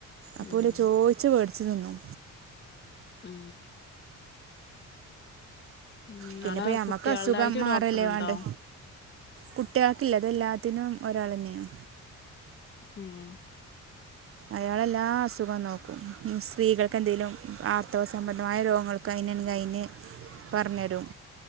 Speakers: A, on the right (about 45°); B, on the left (about 35°).
A: അപ്പൊല്
B: ഉം
A: ചോയ്ച്ച് വേടിച്ച് തിന്നും
B: മ് ഉം
A: പിന്നെപ്പം
B: അവിടെ
A: ഞമ്മക്ക്
B: കുട്ടികളുടായിട്ട്
A: അസുഖം മാറല്ലേ
B: ഡോക്ടറുണ്ടോ
A: വാണ്ടേ കുട്ടിയാൾക്കില്ല തെല്ലാത്തിനും ഒരാളെന്നെണ്
B: ഏഹ്
A: അയാളെല്ലാസുഖം നോക്കും സ്ത്രീകൾക്കെന്തേലും ആർത്തവ സംബന്ധമായ രോഗങ്ങൾ കൈനൻ ഗൈന് പറഞ്ഞെരും